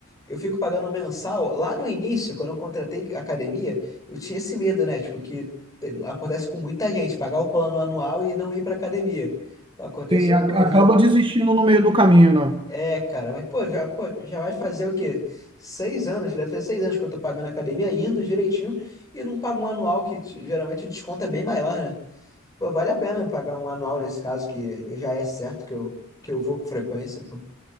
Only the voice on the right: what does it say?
Sim, a-
acaba desistindo no meio do caminho, né?